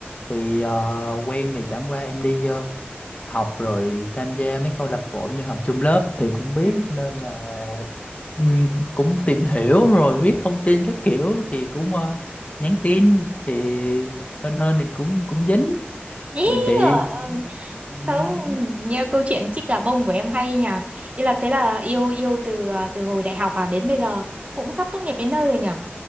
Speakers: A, on the left (about 35°); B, on the right (about 35°).
A: thì ờ, quen thì chẳng qua em đi ờ, học rồi tham gia mấy câu lạc bộ như học chung lớp thì cũng biết
B: Ừ.
A: nên là ừm, cũng tìm hiểu rồi biết thông tin các kiểu thì cũng ờ, nhắn tin thì hên hên thì cũng cũng dính
B: Ý
A: còn chị
B: giời ơi.
A: ừm,
B: Không, nghe câu chuyện chích gà bông của em hay nhỉ. Ý là thế là yêu yêu từ ờ, từ hồi đại học à đến bây giờ cũng sắp tốt nghiệp đến nơi rồi nhỉ.